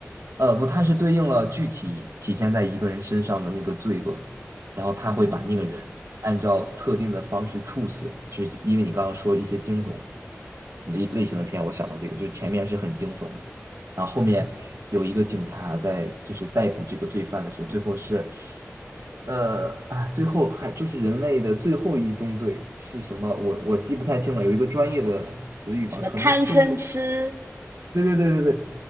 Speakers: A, on the right; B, on the right.
A: 呃，不，它是对应了具体体现在一个人身上的那个罪恶，然后他会把那个人按照特定的方式处死，
B: 嗯
A: 就是因为你刚刚说一些惊悚类类型的片，我想到这个，就是前面是很惊悚的，然后后面有一个警察在就是逮捕这个罪犯的时候，最后是，呃啊，最后还就是人类的最后一宗罪是什么？我我记不太清了，有一个专业的词语吧，
B: 什么贪嗔痴，
A: 可能是。对对对对对